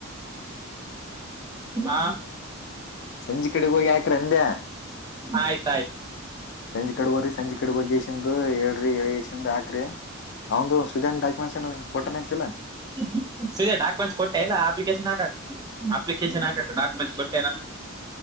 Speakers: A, on the right; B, on the left.
A: ಹಾ
B: ಸಂಜೆ ಕಡೆ ಹೋಗಿ ಹಾಕ್ರಿ ಅದ್ಯಾ
A: ಆಯ್ತಾಯ್ತು
B: ಸಂಜೆ ಕಡೆ ಹೋಗ್ರಿ ಸಂಜೆ ಕ <unintelligible> ಹೇಳ್ರಿ ಹೇಳ್ ಕಿಸ್ಸಿಂದ ಹಾಕ್ರಿ ಅವಂದು ಸುದ್ಯಾನ್ ಡಾಕ್ಯುಮೆಂಟ್ಸ್ ಏನು ಕೊಟ್ಟಾನ ಅಂತಿಲ್ಲ
A: <unintelligible> ಸರೀ ಡಾಕ್ಯುಮೆಂಟ್ಸ್ ಕೊಟ್ಟೇನ್ ಇಲ್ಲ ಅಪ್ಲಿಕೇಶನ್ ಹಾಕಕ ಅಪ್ಲಿಕೇಶನ್ ಹಾಕ ಡಾಕುಮೆಂಟ್ಸ್ ಕೊಟ್ಟನ್